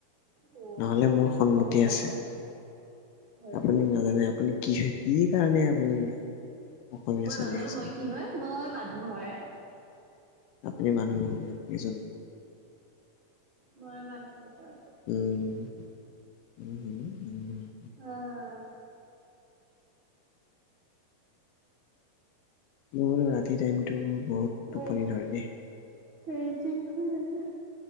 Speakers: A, on the right; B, on the left.
A: অ'
B: নহলে
A: হয় নেকি?
B: মোৰ সন্মতি
A: মই গম নাপাও
B: আছে
A: নহয়, হয়
B: আপুনি
A: নেকি?
B: নাজানে আপুনি কি হৈ কি কাৰণে আপুনি? অসমীয়া
A: মই
B: ছোৱালী
A: নাজানো
B: আহিছে
A: মই
B: আপুনি
A: কি হয় মই মান ভয়
B: আপুনি মানুহ নহয় এজনী
A: মই মানুহ হয়।
B: উম
A: অহ
B: মোৰ ৰাতিৰ টাইমটো বহুত টোপনি
A: অ
B: ধৰে দেই
A: ৰিচিভ শুই আছো